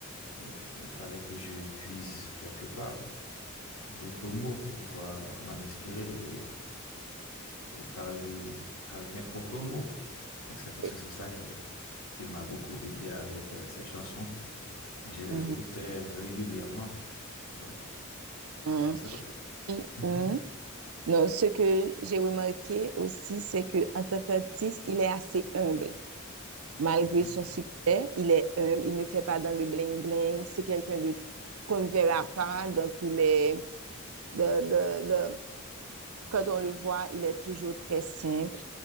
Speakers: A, on the left; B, on the right.
A: Donc, il fallait que je puise quelque part d'autres mots pour pouvoir m'en inspirer et, et parler avec mes propres mots. Donc, c'est en ce
B: Oui.
A: sens-là qu'il m'a beaucoup aidé avec euh, ces chansons. Je les
B: Mhm.
A: écoutais régulièrement, tu vois.
B: Hum,
A: Par exemple.
B: oui,
A: Mhm,
B: hum. Non, ce que j'ai remarqué aussi, c'est que en tant qu'artiste, il est assez humble. Malgré
A: mhm.
B: son succès, il est humble. Il ne fait pas dans le bling bling. C'est quelqu'un de qu'on ne verra pas dans tous les. De, de, de- Quand on le voit, il est toujours très simple.